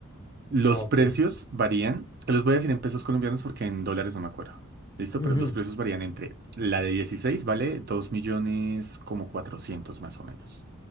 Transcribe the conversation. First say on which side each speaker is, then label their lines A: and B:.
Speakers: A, on the right; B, on the left.
A: Los
B: ah, ok.
A: precios varían, te los voy a decir en pesos colombianos porque en dólares no me acuerdo. ¿Listo?
B: ujú,
A: Pero los precios varían entre la de 16 vale 2 millones como cuatrocientos más o menos.